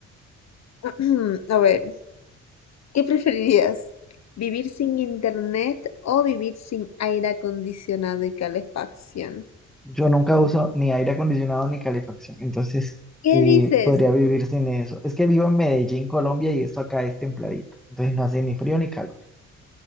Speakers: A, on the left (about 60°); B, in the centre.
A: <clears throat> A ver, ¿qué preferirías? ¿Vivir sin internet o vivir sin aire acondicionado y calefacción?
B: Yo nunca uso ni aire acondicionado ni calefacción, entonces
A: ¿Qué
B: eh,
A: dices?
B: podría vivir sin eso. Es que vivo en Medellín, Colombia, y esto acá es templadito, entonces no hace ni frío ni calor.